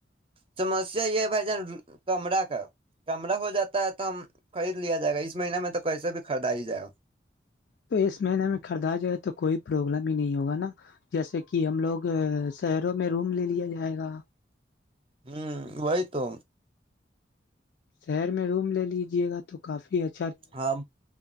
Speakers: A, on the right; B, on the left.
A: سمسیا یہ ہے بھائی جان کمرہ کا کمرہ ہو جاتا ہے تو ہم خرید لیا جائے گا اس مہیہ میں ت پیسے بھی خریدا ہی جائے
B: تو اس مہینے میں خریدا جائے تو کوئی پروابلم ہی نہیں ہوگا نا جیسے کہ ہم لوگ شہروں میں روم لے لیا جائے گا
A: ہوں وہی تو
B: شہر میں روم لے لیجے گا تو کافی اچا
A: ہاں